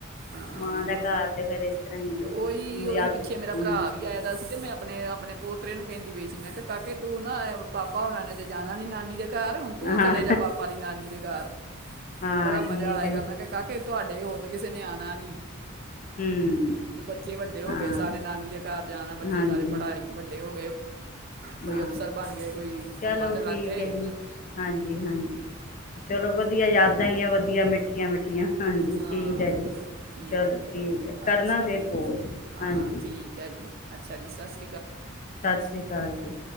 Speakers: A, on the right; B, on the left.
A: ਹਾਂ
B: ਮਾਂ ਦਾ। ਘਰ ਤੇ ਫੇਰ ਇਸ ਤਰ੍ਹਾਂ ਹੀ
A: ਤੇ ਉਹੀ
B: ਹੈ
A: ਉਹੀ
B: ਯਾਦ
A: ਪਿੱਛੇ ਮੇਰਾ
B: ਹੂੰ
A: ਭਰਾ ਵੀ ਆਏ ਦਾ ਸੀ ਤੇ ਮੈਂ ਆਪਣੇ ਆਪਣੇ ਪੋਤਰੇ ਨੂੰ ਕਹਿੰਦੀ ਪਈ ਸੀ, ਮੈਂ ਕਿਹਾ ਕਾਕੇ ਤੂੰ ਨਾ ਪਾਪਾ ਹੋਨਾ ਨੇ ਤੇ ਜਾਣਾ ਨੀ ਨਾਨੀ ਦੇ ਘਰ ਹੁਣ ਤੂੰ
B: ਹਾਂ
A: ਚਲੇ ਜਾ ਪਾਪਾ ਦੀ ਨਾਨੀ ਦੇ ਘਰ
B: ਹਾਂ
A: ਬੜਾ ਮਜ਼ਾ
B: ਠੀਕ
A: ਆਏਗਾ
B: ਹੈ
A: ਮੈਂ ਕਿਹਾ ਕਾਕੇ ਤੁਹਾਡੇ ਹੋਰ ਤੇ ਕਿਸੇ ਨਿਆਣੇ। ਨਾਨੀ
B: ਹੂੰ
A: ਬੱਚੇ ਵੱਡੇ ਹੋ
B: ਹਾਂ
A: ਗਏ ਸਾਰੇ ਨਾਨੀ ਦੇ ਘਰ ਜਾਣਾ ਬੱਚੇ
B: ਹਾਂਜੀ
A: ਸਾਰੇ ਪੜ੍ਹਾਏ ਵੱਡੇ ਹੋ। ਕੋਈ
B: ਹਾਂ
A: ਅਫਸਰ ਬਣਗੇਏ ਕੋਈ।
B: ਚਲੋ
A: ਕੰਮਾਂ ਤੇ ਲੱਗ
B: ਠੀਕ
A: ਗਏ
B: ਹੈ ਜੀ ਹਾਂਜੀ ਹਾਂਜੀ ਚਲੋ ਵਧੀਆ ਯਾਦਾਂ ਹੀ ਆ ਵਧੀਆ ਮਿੱਠੀਆਂ ਮਿੱਠੀਆਂ ਹਾਂਜੀ
A: ਹਾਂ
B: ਠੀਕ ਹੈ ਜੀ।
A: ਚਲੋ ਠੀਕ
B: ਚਲੋ
A: ਹੈ ਜੀ
B: ਠੀਕ
A: ਤੁ
B: ਹੈ ਕਰਨਾ
A: ਅੱਛਾ
B: ਫਿਰ
A: ਜੀ
B: ਫੋਨ
A: ਹਾਂ
B: ਹਾਂਜੀ
A: ਠੀਕ ਹੈ ਜੀ ਅੱਛਾ ਜੀ ਸਸ।
B: ਸਤਿ ਸ਼੍ਰੀ ਅਕਾਲ ਜੀ।